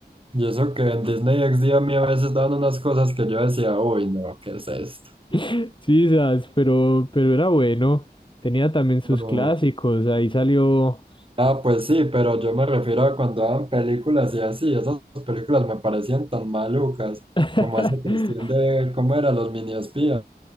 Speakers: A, on the right; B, on the left.
A: Y eso que en Disney XD a mí a veces daban unas cosas que yo decía, uy, no, ¿qué es esto?
B: <laughs> Sí, sabes, pero, pero era bueno. Tenía también sus
A: No,
B: clásicos. Ahí salió.
A: Ah, pues sí, pero yo me refiero a cuando daban películas y así, esas películas me parecían tan malucas,
B: <laughs>
A: como esa cuestión de cómo eran los mini espías.